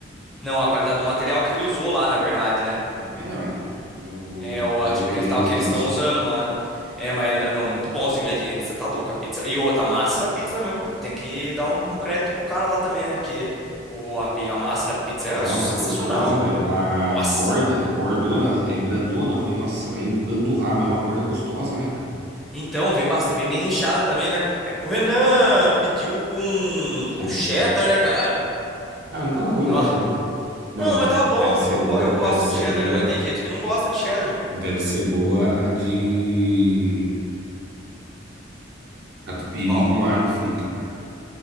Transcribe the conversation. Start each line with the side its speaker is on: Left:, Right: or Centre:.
Centre: Não, a qualidade do material que ele usou lá, na verdade, né?
Right: É, é, não é. Do, do-
Centre: É, o
Right: os
Centre: a-
Right: ingredientes
Centre: tipo que eles tal que eles
Right: deles.
Centre: estão usando lá, né? É, mas não, muito bons os ingredientes. Você tá louco a pizza. E outra, a massa da pizza, meu, tem que dar um, um crédito pro cara lá também, né? Porque o, a, pi- a massa da pizza é
Right: Nossa,
Centre: sensacional.
Right: gostosa, velho. A
Centre: Nossa
Right: borda,
Centre: vida.
Right: bordona, é grandona. Eu falei, nossa, vai empanturrar, mas é uma borda gostosa, né, cara?
Centre: Então, vem bastante, vem bem recheada também, né? É com o Renan, pediu com,
Right: Cheddar.
Centre: com cheddar, né, cara?
Right: Ah, não tava ruim não
Centre: Ó.
Right: também. Mano,
Centre: Não, mas tá bom.
Right: deve ser
Centre: Eu,
Right: boa,
Centre: go- eu gosto
Right: deve ser
Centre: de cheddar,
Right: boa,
Centre: né? Mas tem gente que não gosta de cheddar, mano.
Right: deve ser boa a de catupiry
Centre: Qual?
Right: com alho frito, cara.